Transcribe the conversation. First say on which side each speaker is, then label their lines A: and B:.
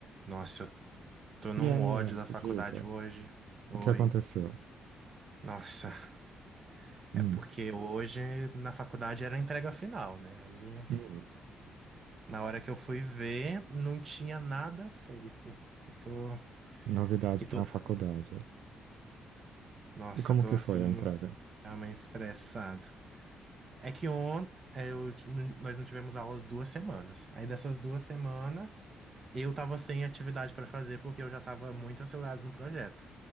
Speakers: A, on the right (about 40°); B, on the right (about 80°).
A: Nossa, eu tô num
B: E aí,
A: ódio
B: Anto,
A: da faculdade
B: diga,
A: hoje. Oi.
B: o que aconteceu?
A: Nossa, <laughs>
B: Hum,
A: é porque hoje na faculdade era a entrega final, né? Aí
B: hum,
A: na hora que eu fui ver, não tinha nada feito. Eu tô.
B: novidade
A: E
B: para
A: tô...
B: uma faculdade.
A: Nossa,
B: E como
A: eu tô
B: que
A: assim,
B: foi a entrega?
A: realmente estressado. É que ontem eu, t- n- nós não tivemos aulas duas semanas. Aí dessas duas semanas eu tava sem atividade para fazer porque eu já tava muito acelerado no projeto.